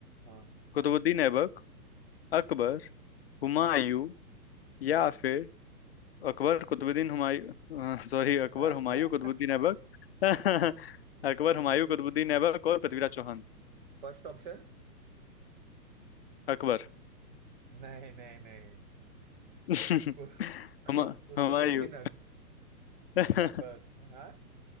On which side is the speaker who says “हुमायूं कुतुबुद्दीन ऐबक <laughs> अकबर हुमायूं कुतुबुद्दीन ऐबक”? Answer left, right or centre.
Left